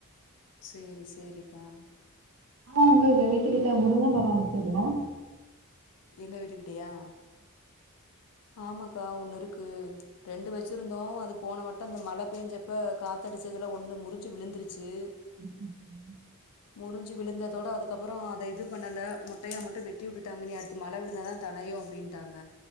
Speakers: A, on the left; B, on the right.
A: சேரி சேரி த
B: ஆஹ் உங்கங்க வீட்டுக்கிட்ட முருங்கை மரம் இருச்சரியல
A: எங்க வீட்டு கிட்டயா ஆமாக்கா ஒண்ணு இருக்கு ரெண்டு வெச்சு இருந்தோ அது போனவட் ம அந்த மழை பேஞ்சப்ப காத்த அடிச்சதுெலா ஒண்ணு முறிஞ்சு விழுந்துருச்சு
B: <unintelligible>
A: முறிஞ்சு விழுந்ததோட அதுக்கப்புறம் அதை இது பண்ணலை மொட்டையா மட்டு வெட்டி விட்டுட்டாங்க நீ அடுத்து மழை விழுந்தாதான் தனையும் அப்படின்ட்டாங்க